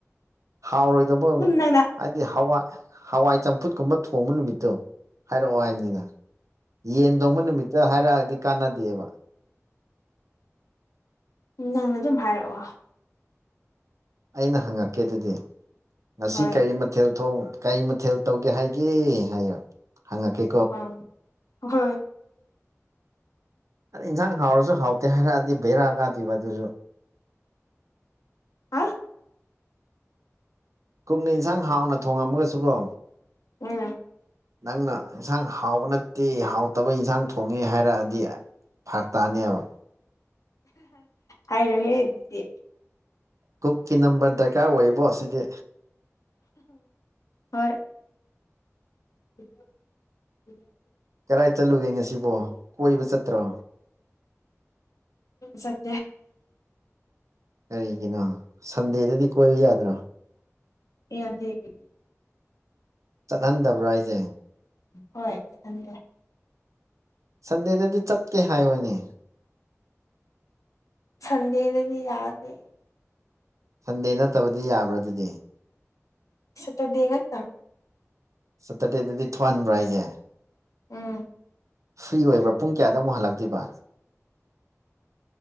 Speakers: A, on the right; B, on the left.
A: ꯍꯥꯎꯔꯣꯏꯗꯧꯕ
B: ꯑꯗꯨꯝ ꯅꯪꯅ
A: ꯍꯥꯏꯗꯤ ꯍꯋꯥꯏ ꯍꯋꯥꯏ ꯆꯝꯐꯨꯠ ꯀꯨꯝꯕ ꯊꯣꯡꯕ ꯅꯨꯃꯤꯠꯇꯣ ꯍꯥꯏꯔꯛꯑꯣ ꯍꯥꯏꯕꯅꯤꯅ ꯌꯦꯟ ꯊꯣꯡꯕ ꯅꯨꯃꯤꯠꯇ ꯍꯥꯏꯔꯛꯑꯗꯤ ꯀꯥꯟꯅꯗꯦꯕꯥ꯫
B: ꯅꯪꯅ ꯑꯗꯨꯝ ꯍꯥꯏꯔꯛꯑꯣ
A: ꯑꯩꯅ ꯍꯪꯉꯛꯀꯦ ꯑꯗꯨꯗꯤ ꯉꯁꯤ
B: ꯍꯣꯏ
A: ꯀꯔꯤ ꯃꯊꯦꯜ ꯊꯣꯡ ꯀꯔꯤ ꯃꯊꯦꯜ ꯇꯧꯒꯦ ꯍꯥꯏꯒꯦ ꯍꯥꯏ ꯍꯪꯉꯛꯀꯦ
B: ꯑꯥ ꯍꯣꯏ
A: ꯑꯗ ꯏꯟꯁꯥꯡ ꯍꯥꯎꯔꯁꯨ ꯍꯥꯎꯇꯦ ꯍꯥꯏꯔꯛꯑꯗꯤ ꯕꯩꯔꯥꯑ ꯀꯥꯗꯣꯏꯕ ꯑꯗꯨꯁꯨ
B: ꯍꯥ
A: ꯀꯛꯅ ꯏꯟꯁꯥꯡ ꯍꯥꯎꯅ ꯊꯣꯉꯝꯃꯒꯁꯨ ꯀꯣ
B: ꯎꯝ
A: ꯅꯪꯅ ꯌꯦꯟꯁꯥꯡ ꯍꯥꯎꯕ ꯅꯠꯇꯦ ꯍꯥꯎ ꯐ ꯇꯕ ꯏꯟꯁꯥꯡ ꯊꯣꯡꯉꯦ ꯍꯥꯏꯔꯛꯑꯗꯤ ꯐꯔ ꯇꯅꯦꯕ
B: ꯍꯥꯏꯔꯣꯍꯦ ꯑꯗꯨꯗꯤ
A: ꯀꯨꯛꯀꯤ ꯅꯝꯕꯔ ꯗꯔꯀꯥꯔ ꯑꯣꯏꯔꯤꯕꯣ ꯁꯤꯗꯤ
B: ꯍꯣꯏ ꯎꯝ ꯎꯝ
A: ꯀꯔꯥꯏ ꯆꯠꯂꯨꯒꯦ ꯉꯁꯤꯕꯣ ꯀꯣꯏꯕ ꯆꯠꯇ꯭ꯔꯣ
B: ꯁꯠ
A: ꯀꯔꯤꯒꯤꯅꯣ ꯁꯟꯗꯦꯗꯗꯤ ꯀꯣꯏꯕ ꯌꯥꯗ꯭ꯔꯥ
B: ꯌꯥꯗꯦ ꯑꯩꯒꯤꯗꯤ ꯫
A: ꯆꯠꯍꯟꯗꯕ꯭ꯔꯥ ꯑꯩꯁꯦ
B: ꯍꯣꯏ ꯊꯗ
A: ꯁꯟꯗꯦꯗꯗꯤ ꯆꯠꯀꯦ ꯍꯥꯏꯕꯅꯦ
B: ꯊꯟꯗꯦꯗꯗꯤ ꯌꯥꯗ
A: ꯁꯟꯗꯦ ꯅꯠꯇꯕꯗꯤ ꯌꯥꯕ꯭ꯔꯥ ꯑꯗꯨꯗꯤ
B: ꯁꯇꯗꯦꯡꯒꯠ ꯅ
A: ꯁꯇꯔꯗꯦꯗꯗꯤ ꯊꯣꯛꯨꯍꯟꯕ꯭ꯔꯣ ꯑꯩꯁꯦ
B: ꯎꯝ
A: ꯐ꯭ꯔꯤ ꯑꯣꯏꯕ꯭ꯔꯥ ꯄꯨꯡ ꯀꯌꯥꯗ ꯑꯃꯨꯛ ꯍꯜꯂꯛꯇꯣꯏꯕ